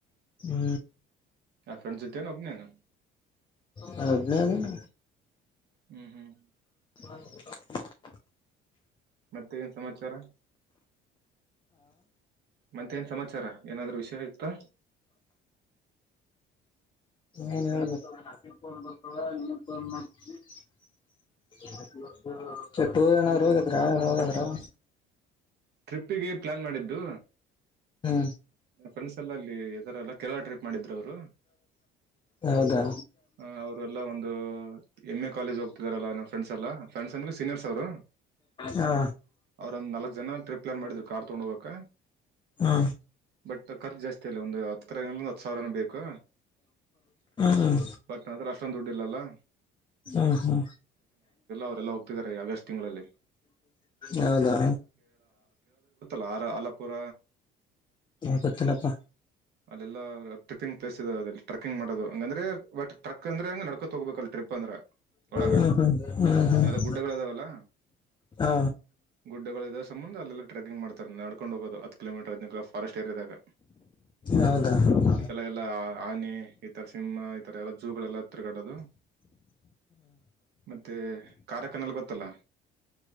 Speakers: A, on the left; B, on the right.
A: ಹೂ
B: ಅಕ್ಕನ ಜೊತೆನಾ ಒಬ್ಬನೇನ.
A: ನಾನು ಒಬ್ಬನೇ ಅದಿನಿ
B: ಹ್ಮ್ ಹ್ಮ್
A: ಅಣ್ಣ
B: ಮತ್ತೆ ಏನ್ ಸಮಾಚಾರ ಮತ್ತೆ ಏನ್ ಸಮಾಚಾರ. ಏನಾದ್ರು ವಿಷಯ ಇತ್ತಾ
A: ಏನ್ ಹೇಳ್ಬೇಕು. <unintelligible> ಕೆಟ್ಟವರು ಏನ್ ಆಗಿದ್ರಾ ಯಾವಾಗದ್ರೂ
B: ಟ್ರಿಪ್ಪಿಗೆ ಪ್ಲ್ಯಾನ್ ಮಾಡಿದ್ದು.
A: ಹೂ
B: ನನ್ನ್ ಫ್ರೆಂಡ್ಸ್ ಎಲ್ಲ ಅಲ್ಲಿ ಈ ತರ ಎಲ್ಲ ಕೆರಳ ಟ್ರಿಪ್ ಮಾಡಿದ್ರು ಅವ್ರು.
A: ಹೌದಾ
B: ಹ ಅವರು ಎಲ್ಲ ಒಂದು ಎಂ-ಎ ಕಾಲೇಜ್ ಹೋಗ್ತಿದಾರಲ್ಲಾ ನಮ್ಮ ಫ್ರೆಂಡ್ಸ್ ಎಲ್ಲ ಫ್ರೆಂಡ್ಸ್ ಅಂದ್ರ ಸೀನಿಯರ್ಸ್ ಅವರು.
A: ಹಾ
B: ಅವ್ರಂದ್ ನಾಲ್ಕ್ ಜನ ಟ್ರಿಪ್ ಪ್ಲ್ಯಾನ್ ಮಾಡಿದ್ರು ಕಾರ್ ತಗೊಂಡ ಹೋಗಾಕ
A: ಹಾ
B: ಬಟ್ ಖರ್ಚ ಜಾಸ್ತಿ ಅಲ್ಲ ಒಂದು ಹತ್ತರಿಂದ್ ಹತ್ತ್ ಸಾವಿರನ ಬೇಕು.
A: ಹ್ಮ್
B: ಬಟ್ ಅದರ ಅಷ್ಟೊಂದ ದುಡ್ಡ ಇಲ್ಲಲ್ಲಾ.
A: ಹೂ ಹೂ
B: ಅವರೆಲ್ಲ ಹೋಗ್ತಿದ್ದಾರೆ ಆಗಸ್ಟ್ ತಿಂಗಳಲ್ಲಿ
A: ಹೌದಾ
B: ಬಾರ ಅಲಪುರ.
A: ಹೇ ಗೊತ್ತಿಲ್ಲಪ
B: ಎಲ್ಲ ತ್ರಿಪಿಂಗ್ ಪ್ಲೇಸ್ ಇದಾವೆ ಅಲ್ಲಿ ಟ್ರಕ್ಕಿಂಗ್ ಮಾಡೋದು ಹಂಗಂದ್ರೆ ಬಟ್ ಟ್ರಕ್ ಅಂದ್ರೆ ಹೆಂಗ ನಡ್ಕೋತ್ ಹೋಗ್ಬೇಕಲ್ ಟ್ರಿಪ್ ಅಂದ್ರ ಒಳಗ
A: ಹ್ಮ್ ಹ್ಮ್ ಹ್ಮ್ ಹ್ಮ್
B: ಅದೆಲ್ಲ ಗುಡ್ಡಗಳು ಇದಾವಲ್ಲ
A: ಹಾ
B: ಗುಡ್ಡಗಳು ಇದಾವ ಅಲ್ಲೆಲ್ಲ ಟ್ರೆಿಂಗ್ ಮಾಡ್ತಾರೆ ನಡ್ಕೊಂಡ್ ಹೋಗೋದು ಹ ಕಿಲೋಮೀಟರ್ ಹದ್ ಫಾರೆಸ್ಟ್ ಏಯಾದಾಗ
A: ಹೌದಾ ಹ್ಮ್
B: ಈತರ ಎಲ್ಲ ಆನೆ ಈ ತರ ಸಿಿಂಹ ಎಲ್ಲ ಜಝೂಗಳೆಲ್ಲ ಹ ತಿಗಡದು ಮತ್ತೆ ಕಾರಕನಲ್ಲಿ ಗೊತ್ತಲ್ಲ